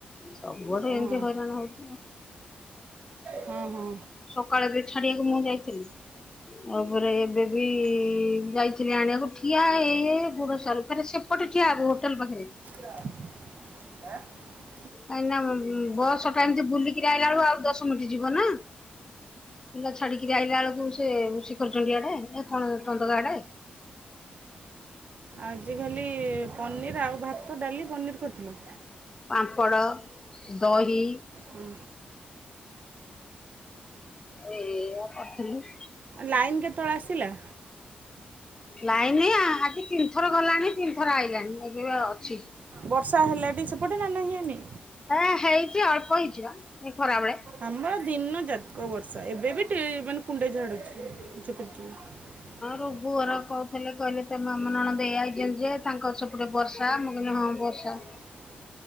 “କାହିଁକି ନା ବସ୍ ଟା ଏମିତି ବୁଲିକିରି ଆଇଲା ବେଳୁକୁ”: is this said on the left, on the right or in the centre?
Left